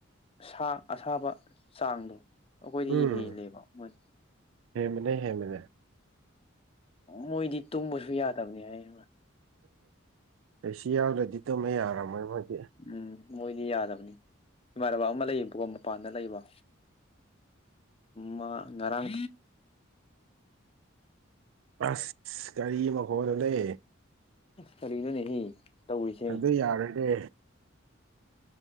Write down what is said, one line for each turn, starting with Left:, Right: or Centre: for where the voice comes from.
Left: ꯁꯥ ꯑꯁꯥꯕ ꯆꯥꯡꯗꯣ ꯑꯩꯈꯣꯏꯗꯤ
Right: ꯎꯝ
Left: ꯍꯦꯜꯂꯦꯕ ꯃꯣꯏꯅ
Right: ꯍꯦꯟꯕꯅꯦ ꯍꯦꯟꯕꯅꯦ
Left: ꯃꯣꯏꯗꯤ ꯇꯨꯝꯕꯁꯨ ꯌꯥꯗꯕꯅꯤ ꯍꯥꯏ
Right: ꯑꯩ ꯁꯤ ꯌꯥꯎꯗ꯭ꯔꯗꯤ ꯇꯝꯃꯦ ꯌꯥꯔꯝꯃꯣꯏ ꯃꯣꯏꯗꯤ
Left: ꯎꯝ ꯃꯣꯏꯗꯤ ꯌꯥꯗꯕꯅꯤ ꯏꯃꯥꯟꯅꯕ ꯑꯃ ꯂꯩꯌꯦꯕꯀꯣ ꯃꯄꯥꯟꯗ ꯂꯩꯕ ꯃꯥ ꯉꯔꯥꯡ
Right: ꯑꯁ ꯀꯔꯤ ꯃꯈꯣꯅꯣꯅꯦ
Left: ꯀꯔꯤꯅꯣꯅꯦꯍꯦ ꯇꯧꯔꯤꯁꯦ
Right: ꯑꯗꯨ ꯌꯥꯔꯒꯦ